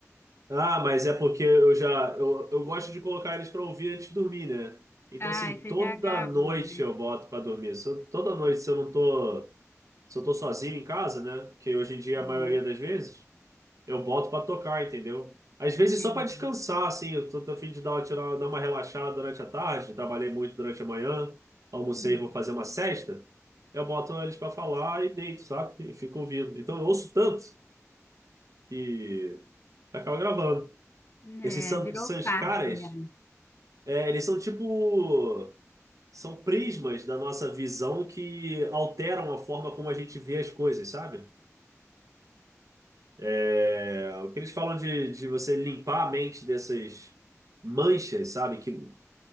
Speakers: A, on the right (about 80°); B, on the left (about 50°).
A: Ah, mas é porque eu já. Eu, eu gosto de colocar eles pra ouvir antes de dormir, né? Então,
B: Ah,
A: assim,
B: você
A: toda
B: já gravou,
A: noite
B: né?
A: eu boto pra dormir. Se eu- toda noite, se eu não tô. Se eu tô sozinho em casa, né? Que hoje em dia
B: Uhum,
A: é a maioria das vezes. eu boto pra tocar, entendeu? Às vezes
B: entendi.
A: só pra descansar, assim, eu tô, tô a fim de dar, tirar, dar uma relaxada durante a tarde, trabalhei muito durante a manhã, almocei,
B: Uhum.
A: vou fazer uma sesta, eu boto eles pra falar e deito, sabe? E fico ouvindo. Então eu ouço tanto que acaba gravando.
B: É,
A: Esses san-
B: virou
A: sanskaras,
B: parte já.
A: é, eles são tipo... São prismas da nossa visão que alteram a forma como a gente vê as coisas, sabe? É, o que eles falam de, de você limpar a mente dessas manchas, sabe? Que,